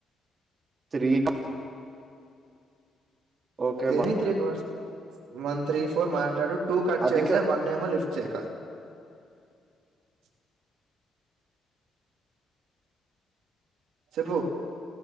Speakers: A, on the right; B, on the right.
A: త్రీ క ఓకే
B: దేన్ని three calls one three four మాట్లాడు టూ కట్
A: అదిక
B: చేసే వన్ ఏమో లిఫ్ట్ చేయక ప్చ్ చెప్పు